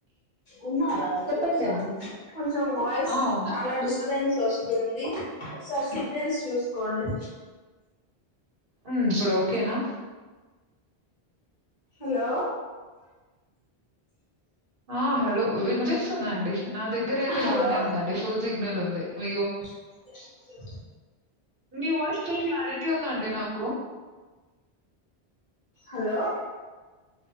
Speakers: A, on the left; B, on the right.
A: ఉన్నారా మీరు
B: చెప్పండండి.
A: కొంచెం వాయిస్
B: ఆ! ఉన్నా.
A: చాలా డిస్టర్బెన్స్ సోస్తుంది ఒకసారి సిగ్నల్స్ చూసుకోండి
B: ఉ ఇప్పుడు ఓకేనా
A: హలో
B: ఆ హలో వినిపిస్తుందండి నా దగ్గర అయితే
A: హలో
B: బానే ఉందండి ఫుల్ సిగ్నల్ ఉంది మీ ఓ
A: క్యాడింగ్ జో
B: మీ వాయిస్ ఫుల్ క్లారిటీ ఉందండి నాకు
A: హలో